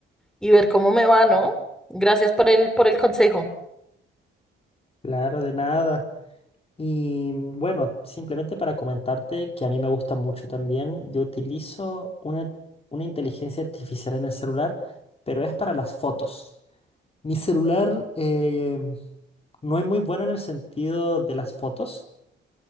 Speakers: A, in the centre; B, on the left (about 30°).
A: y ver cómo me va, ¿no? Gracias por el, por el consejo.
B: Claro, de nada. Y bueno, simplemente para comentarte que a mí me gusta mucho también, yo utilizo una, una inteligencia artificial en el celular, pero es para las fotos. Mi celular eh, no es muy bueno en el sentido de las fotos,